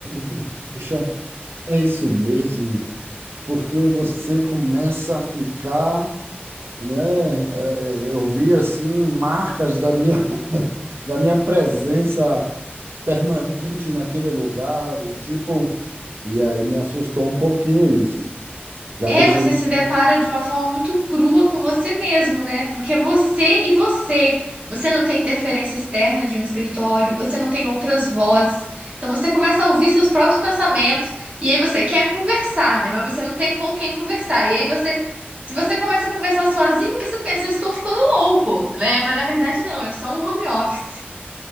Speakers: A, on the right; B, on the right.
A: <laughs> Puxa, é isso mesmo? porque você começa a ficar, né? eh, eh, Eu vi assim marcas da minha, <laughs> da minha presença permanente naquele lugar, eu, tipo, e aí me assustou um pouquinho isso. Já
B: É,
A: deixei
B: você
A: de.
B: se depara de uma forma muito crua com você mesmo, né? Porque é você e você. Você não tem interferência externa de um escritório, você não tem outras vozes. Então você começa a ouvir seus próprios pensamentos e aí você quer conversar, né? Mas você não tem com quem conversar. E aí você, se você começa a conversar sozinho, você pensa, eu estou ficando louco, né? Mas na verdade não, é só um home office.